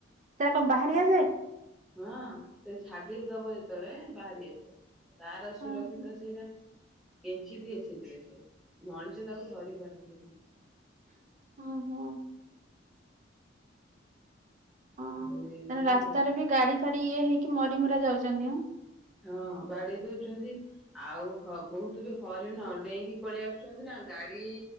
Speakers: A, on the right; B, in the centre.
A: ସେଟା କଣ ବାହାରି ଆସେ?
B: ହଁ ସେ ଝାଡି ଦବ ଯେତେବେଳେ ବାହାରି ଆସେ ତାର ସୁରକ୍ଷିତ
A: ହଁ ହଁ
B: ସେଇଟା କେଞ୍ଚି ଦିଏ ସେଥିରେ ସେ ମଣିଷ ତାକୁ ଧରି ପାରନ୍ତିନି
A: ହୁଁ ହୁଁ। ହଁ
B: ଆଉ ଏମିତି
A: ତେଣୁ ରାସ୍ତାରେ ବି ଗାଡି ଫାଡି ଇଏ ହେଇକ ମରି ମୁରା ଯାଉଛନ୍ତି ଏଁ।
B: ହଁ ବାଡେଇ ଦେଉଛନ୍ତି ଆଉ ହ ବହୁତ ବି ହରିଣ ଡେଇଁକି ପଳେଇ ଆସୁଛନ୍ତି ନା ଗାଡି